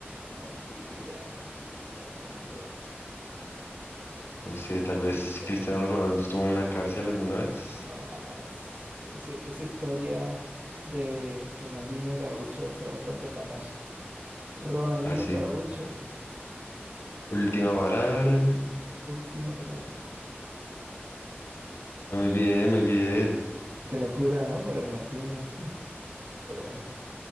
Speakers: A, on the right; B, on the left.
A: No, mentira, mentira, el vaguito es.
B: No sé, tal vez
A: El
B: Cristiano
A: vaguito
B: Ronaldo
A: es muy
B: estuvo
A: bueno.
B: en la cárcel alguna vez.
A: No, jamás. Ese- esa historia de Ronaldinho Gaucho fue bastante famosa. Ronaldinho
B: Así.
A: Gaucho,
B: Última palabra.
A: última palabra.
B: Muy bien, muy bien.
A: Qué locura, ¿no? Lo de Ronaldinho. <laughs> Mm, Pero bueno,